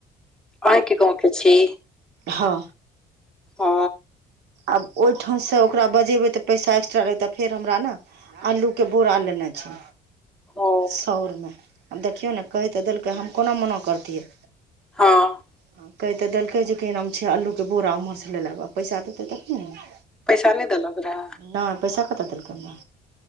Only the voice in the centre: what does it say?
अही के गाँव के छी
ओ
ओ
हँ
पैसा नहि देलक गऽ